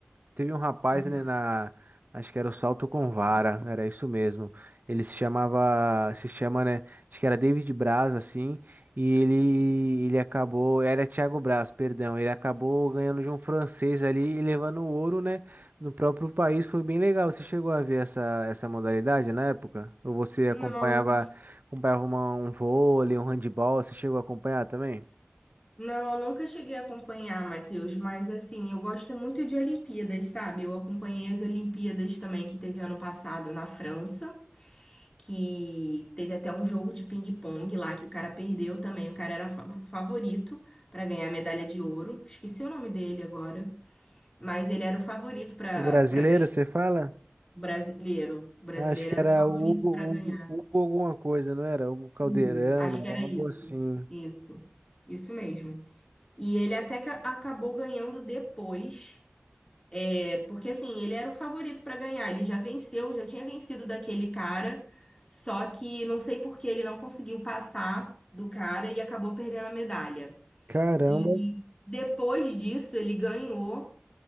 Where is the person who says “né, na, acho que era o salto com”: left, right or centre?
Right